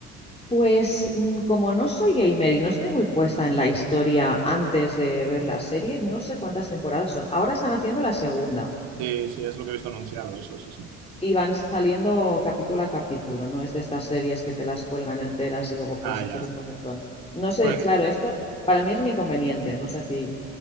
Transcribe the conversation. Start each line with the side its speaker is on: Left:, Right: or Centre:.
Left: Pues mm, como no soy gamer y no estoy muy puesta en la historia antes de ver la serie, no sé cuántas temporadas son. Ahora están haciendo la segunda
Right: Sí, sí, es lo que he visto anunciado, eso, sí, sí.
Left: y van saliendo capítulo a capítulo, no es de estas series que te las cuelgan enteras y luego puedes
Right: Ah, ya.
Left: hacer un maratón. No sé,
Right: Porque
Left: claro, esto para mí es un inconveniente, no sé a ti.